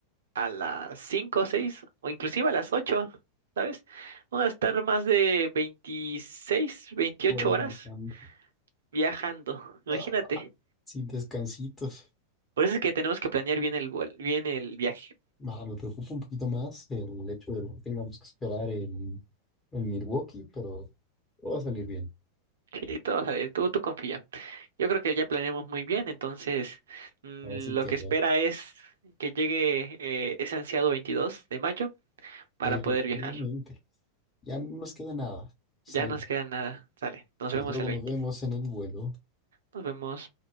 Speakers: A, on the right (about 65°); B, on the left (about 20°).
A: a las 5, o 6 o inclusive a las 8, ¿sabes? Vamos a estar más de 26, 28
B: Por ahí
A: horas
B: están.
A: viajando, imagínate.
B: Ah, Sin descansitos.
A: Por eso es que tenemos que planear bien el vuel- bien el viaje.
B: Ah, me preocupa un poquito más el hecho de lo que tengamos que esperar en, en Milwaukee, pero todo va a salir bien.
A: Sí, todo va a salir, tú, tú confía. Yo creo que ya planeamos muy bien, entonces mm,
B: Ahora sí
A: lo
B: quedó.
A: que espera es que llegue eh, ese ansiado 22 de mayo para
B: Efectivamente.
A: poder viajar.
B: Ya no nos queda nada. Sal.
A: Ya nos queda nada. Sale. Nos
B: Pues
A: vemos
B: luego
A: el
B: nos
A: 20.
B: vemos en el vuelo.
A: Nos vemos.